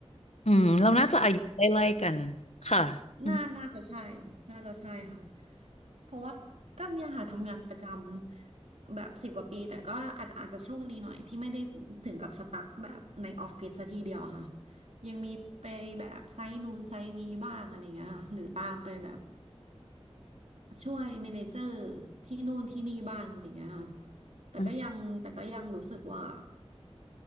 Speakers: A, on the left; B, on the right.
A: อืมเราน่าจะอายุไล่ๆกันค่ะอืม
B: น่าน่าจะใช่ น่าจะใช่ค่ะ เพราะว่าก็เนี่ยค่ะทำงานประจำแบบสิบกว่าปี แต่ก็อาจจะอาจจะโชคดีหน่อยที่ไม่ได้ถึงกับสตั๊กแบบในออฟฟิศซะทีเดียวอะค่ะ ยังมีไปแบบไซต์นู้นไซต์นี้บ้างอะไรเงี้ยค่ะหรือตามไปแบบช่วยเมเนเจอร์ที่นู่นที่นี่บ้างอะไรเงี้ยค่ะแต่ก็ยังแต่ก็ยังรู้สึกว่า
A: อืม